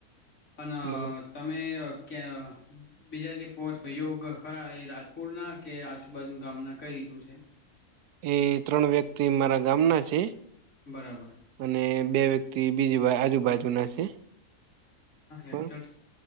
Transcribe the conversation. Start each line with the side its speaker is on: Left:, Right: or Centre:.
Left: અને
Right: બરોબર
Left: તમે કે બીજા જે પોચ ભાઈયો ખરા એ રાજપુરના કે આજુબાજુ ગામના કઈ રીતે કું છે
Right: એ ત્રણ વ્યક્તિ મારા ગામના છે
Left: બરાબર
Right: અને બે વ્યક્તિ બીજી બા આજુબાજુ ના છે કોણ
Left: એકસઠ